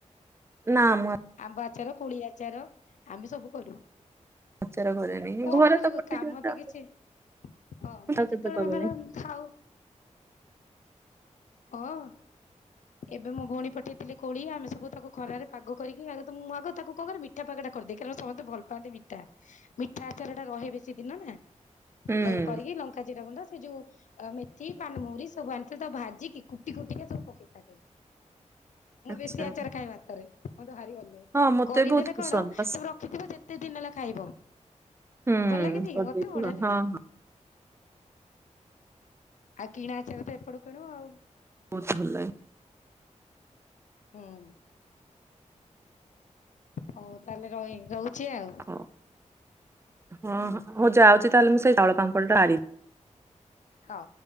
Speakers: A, on the right; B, on the left.
A: ନା ମୁଁ ଆ
B: ଆମ୍ବ ଆଚାର କୋଳି ଆଚାର ଆମେ ସବୁ କରୁ।
A: ଆଚାର କରେନି
B: କଣ
A: ଘରେ
B: କରିବୁ
A: ତ ପଠେଇ
B: କାମ
A: ଦିଅନ୍ତି
B: ତ
A: ଆଉ।
B: କିଛି ହଁ
A: ମୁଁ
B: ନାଇଁ
A: ତ କେବେ
B: ଯେତେବେଳେ
A: କରୁନି
B: ଆମର ଖାଉ ହଁ। ଏବେ ମୋ ଭଉଣୀ ପଠେଇଥିଲେ କୋଳି ଆମେ ସବୁ ତାକୁ ଖରାରେ ପାଗ କରିକି ଆଗ ମୁଁ ଆଗ ତାକୁ କଣ କରିବି ମିଠା ପଗଟା କରିଦିଏ କାରଣ ସମସ୍ତେ ଭଲ ପାଆନ୍ତି ମିଠା ମିଠା ଆଚାରଟା ରହେ ବେଶୀ ଦିନ ନା।
A: ହୁଁ
B: ତାକୁ କରିକି ଲଙ୍କା ଜିରା ଗୁଣ୍ଡ ସେ ଯୁ ମେଥି ପାନମହୁରି ସବୁ ଆଣିଥିଲେ ତାକୁ ଭାଜିକି କୁଟି କୁଟି ପକାଉ ତା ଦେହରେ ମୁଁ
A: ଆଚ୍ଛା
B: ବେଶୀ ଆଚାର ଖାଏ ଭାତରେ ମତେ ଭାରି ଭଲ ଲାଗେ।
A: ହଁ ମତେ
B: କରିଦେଲେ
A: ବହୁତ ପସନ୍ଦ
B: କଣ
A: ବାସ୍
B: ତମର ଖିଥିବ ଯେତେ ଦିନ ହେଲା ଖାଇବ
A: ହୁଁ
B: ଭଲ ଲାଗେନି?
A: କରିଦେଇଥିବ
B: ମତେ ବଢିଆ
A: ହଁ
B: ଲାଗେ।
A: ହଁ
B: ଆଉ କିଣା ଆଚାର ତ ଏପଟୁ କିଣିବ ଆଉ।
A: ବହୁତ ଭଲ ଲା
B: ହୁଁ। ହଉ ତାହେଲେ ରହି ରହୁଛି ଆଉ।
A: ହଉ ହଁ ହଁ ହଉ ଯାଉଛି ତାହେଲେ ମୁଁ ସେଇ ଚାଉଳ ପାମ୍ପଳ ଟା ପାରି
B: ହଉ।